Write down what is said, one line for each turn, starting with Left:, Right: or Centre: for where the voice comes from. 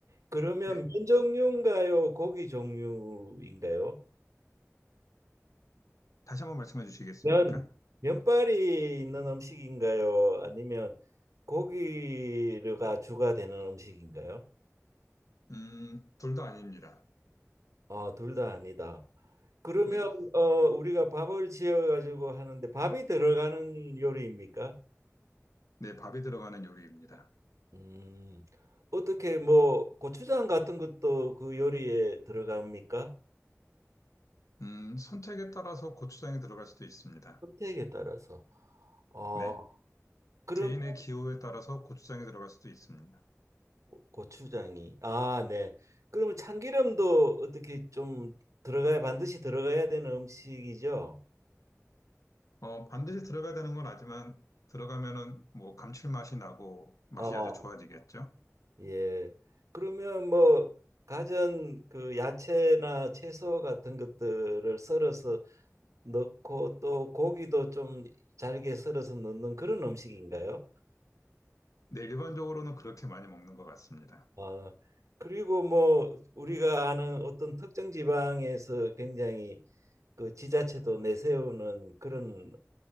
Right: 그러면
Left: 네,
Right: 면 종류인가요? 고기 종류인가요?
Left: 다시 한번 말씀해 주시겠습니까?
Right: 면, 면발이 있는 음식인가요? 아니면 고기가 주가 되는 음식인가요?
Left: 음, 둘도 아닙니다.
Right: 아, 둘 다 아니다. 그러면
Left: 네,
Right: 어, 우리가 밥을 지어 가지고 하는데 밥이 들어가는 요리입니까?
Left: 네, 밥이 들어가는 요리입니다.
Right: 음, 어떻게 뭐 고추장 같은 것도 그 요리에 들어갑니까?
Left: 음, 선택에 따라서 고추장이 들어갈 수도 있습니다.
Right: 선택에 따라서. 어,
Left: 네,
Right: 그러면
Left: 개인의 기호에 따라서 고추장이 들어갈 수도 있습니다.
Right: 고- 고추장이 아, 네. 그러면 참기름도 어떻게 좀 들어가야 반드시 들어가야 되는 음식이죠?
Left: 어, 반드시 들어가야 되는 건 아니지만 들어가면은 뭐 감칠맛이 나고 맛이
Right: 아,
Left: 아주 좋아지겠죠.
Right: 예. 그러면 뭐 가전 그 야채나 채소 같은 것들을 썰어서 넣고 또 고기도 좀 잘게 썰어서 넣는 그런 음식인가요?
Left: 네, 일반적으로는 그렇게 많이 먹는 것 같습니다.
Right: 아, 그리고 뭐 우리가 아는 어떤 특정 지방에서 굉장히 그 지자체도 내세우는 그런